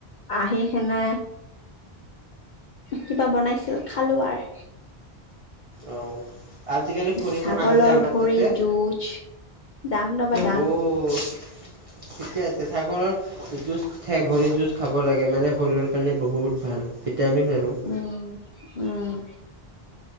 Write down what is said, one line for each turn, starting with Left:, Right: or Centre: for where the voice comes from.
Left: আহি সেনে কিবা বনাইছিল খালো আৰু।
Right: অ' আজিকালি ফুৰিব
Left: ছাগলৰ
Right: নাহা যে আমাৰ
Left: ভৰিত
Right: তাতে?
Left: যুঁজ যাম ৰ'বা যাম।
Right: অ' ঠিকে আছে, ছাগলৰ জুজ খাই ভৰি জুজ খাব লাগে মানে শৰীৰৰ কাৰণে বহুত ভাল। ভিটামিন আৰু।
Left: উম উম